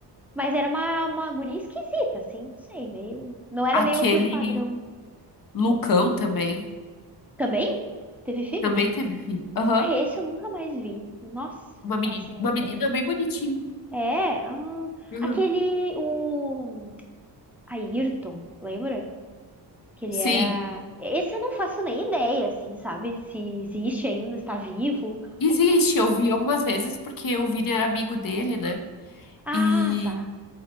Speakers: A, in the centre; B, on the left.
A: mas era uma, uma guria esquisita, assim, não sei, meio... Não era
B: Aquele.
A: meio que o padrão.
B: Lucão também.
A: Também? Teve filho?
B: Também teve filho. Aham.
A: Ah, esse eu nunca mais vi. Nossa,
B: Uma
A: não
B: menina,
A: faço nem
B: uma menina
A: ideia.
B: bem bonitinha.
A: É, ah,
B: Uhum.
A: aquele, o Ayrton, lembra? Que ele
B: Sim.
A: era. Esse eu não faço nem ideia, assim, sabe? Se existe ainda, está vivo.
B: Existe, eu vi algumas vezes, porque o Vini era amigo dele, né?
A: Ah,
B: E
A: tá.